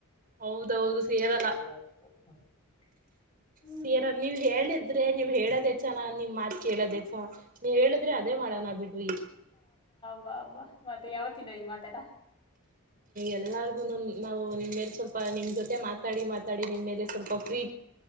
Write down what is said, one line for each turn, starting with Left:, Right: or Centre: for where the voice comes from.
Right: ಹೌದೌದು
Left: <unintelligible>
Right: ಸೇರಲ್ಲ
Left: ಹ್ಮ್
Right: ಸೀರ ನೀವ್ ಹೇಳಿದ್ರೆ ನೀವ್ ಹೇಳೋದೆೇ ಹೆಚ್ಚಾ ನಿಮ್ ಮಾತು ಕೇಳೋದೇ ಹೆ ನೀವ ಹೇಳುದ್ರೆ ಅದೇ ಮಾಡೋಣ ಬಿಡ್ರಿ.
Left: ವ್ಹಾ ವ್ಹಾ ಮತ್ ಯಾವತ್ತಿಂದ ಈ ಮಾತೆಲ್ಲ.
Right: ಎಲ್ಲಾರ್ಗುನು ನಾವು ನಿಮ ಮೇಲೆ ಸ್ವಲ್ಪ ನಿಮ್ ಜೊತೆ ಮಾತಾಡಿ ಮಾತಾಡಿ ನಿಮ್ಮೆಲೆ ಸ್ವಲ್ಪ ಪ್ರಿ